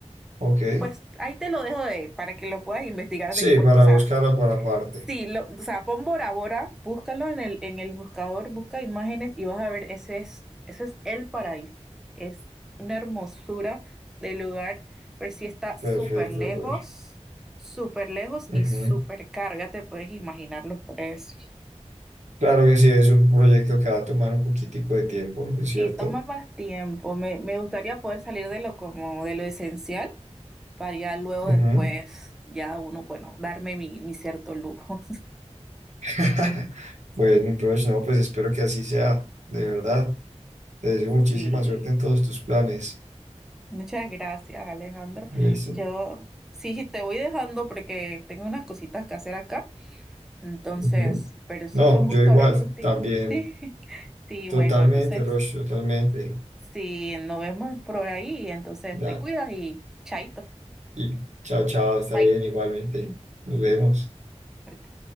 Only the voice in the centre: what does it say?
Pues ahí te lo dejo de, para que lo puedas investigar
después.
O sea,
Sí, lo- o sea, pon Bora Bora, búscalo en el, en el buscador, busca imágenes y vas a ver, ese es, ese es el paraíso. Es una hermosura de lugar, pero sí está súper
lejos,
súper lejos y
súper carga, te puedes imaginar los precios.
Sí, toma más tiempo. Me, me gustaría poder salir de lo como de lo esencial para ya luego
después, ya uno, bueno, darme mi, mi cierto lujo. <laughs>
Sí.
Muchas gracias, Alejandro.
Yo sí te voy dejando porque tengo unas cositas que hacer acá. Entonces,
pero sí
fue un gusto
hablar contigo.
Sí, <laughs> sí,
bueno, entonces,
si nos vemos por ahí. Entonces,
te cuidas y chaito.
Bye.
<laughs>
Ok.